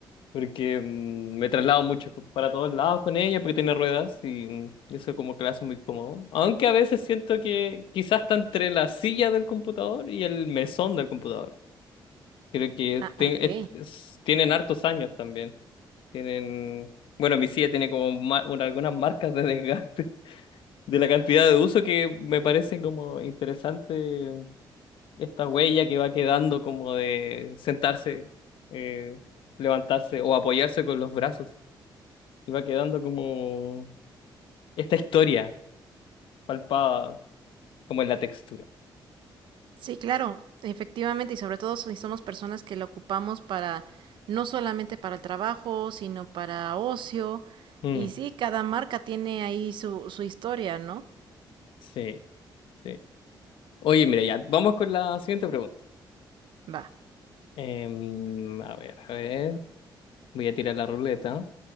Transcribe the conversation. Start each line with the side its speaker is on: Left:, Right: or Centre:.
Left: porque mm, me traslado mucho p- para todos lados con ella porque tiene ruedas y mm, eso como que la hace muy cómodo. Aunque a veces siento que quizás está entre la silla del computador y el mesón del computador. Creo que
Right: Ah,
Left: te-
Right: ah, ok.
Left: es- es- tienen hartos años también. Tienen, bueno, mi silla tiene como ma- un- algunas marcas de desgaste <laughs> de la cantidad de uso que me parece como interesante esta huella que va quedando como de sentarse, eh, levantarse o apoyarse con los brazos. Y va quedando como esta historia palpada como en la textura.
Right: Sí, claro, efectivamente, y sobre todo si somos personas que lo ocupamos para, no solamente para el trabajo, sino para ocio.
Left: Mm,
Right: Y sí, cada marca tiene ahí su, su historia, ¿no?
Left: sí, sí. Oye, mira, ya, vamos con la siguiente pregunta.
Right: Va,
Left: Em, a ver, a ver. Voy a tirar la ruleta.